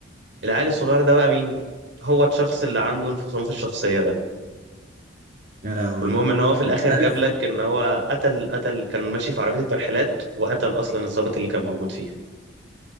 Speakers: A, on the right; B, on the right.
A: العيل الصغير ده بقى مين هو الشخص اللي عنده انفصام في الشخصية ده
B: يا لهوي
A: والمهم ان هو في الاخر
B: انت عارف
A: جاب لك ان هو قتل قتل كان ماشي في عربية الترحيلات وقتل اصلا الضابط اللي كان موجود فيها